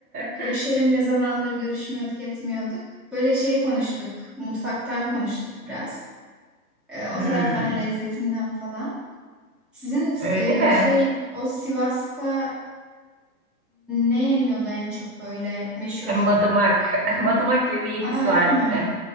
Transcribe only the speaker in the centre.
görüşelim ne zamandır görüşmüyorduk etmiyorduk. Böyle şey konuştuk. Mutfaktan konuştuk biraz. E, o
tarafların lezzetinden falan. Sizin
e,
şey o Sivas'ta ne yeniyordu en çok böyle meşhur?
Aa öyle
mi?